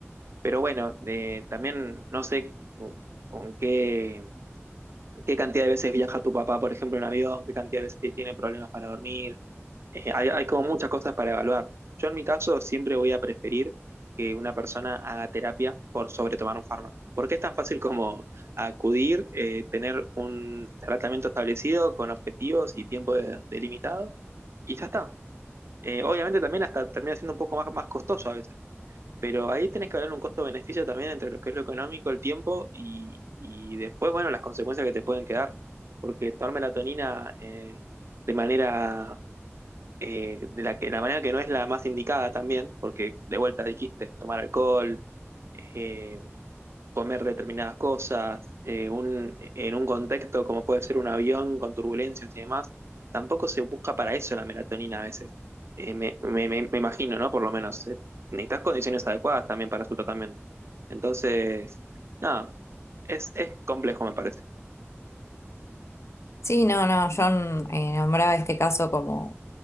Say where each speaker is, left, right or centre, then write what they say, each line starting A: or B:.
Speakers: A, on the right; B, on the left.
A: Pero bueno, eh, también no sé con con qué, qué cantidad de veces viaja tu papá, por ejemplo, en avión, qué cantidad de veces tiene problemas para dormir, eh, hay, hay como muchas cosas para evaluar. Yo en mi caso siempre voy a preferir que una persona haga terapia por sobre tomar un fármaco, porque es tan fácil como acudir, eh, tener un tratamiento establecido con objetivos y tiempo de- delimitado, y ya está. Eh, obviamente también hasta termina siendo un poco más, más costoso a veces, pero ahí tenés que hablar un costo-beneficio también entre lo que es lo económico, el tiempo y, y después, bueno, las consecuencias que te pueden quedar, porque tomar melatonina eh, de manera eh, de la que la manera que no es la más indicada también, porque de vuelta dijiste tomar alcohol, eh, comer determinadas cosas, eh, un- en un contexto como puede ser un avión con turbulencias y demás, tampoco se busca para eso la melatonina a veces. Eh, me, me- me- me imagino, ¿no? Por lo menos, eh, necesitas condiciones adecuadas también para su tratamiento. Entonces, nada, es, es complejo, me parece.
B: Sí, no, no, yo eh, nombraba este caso como,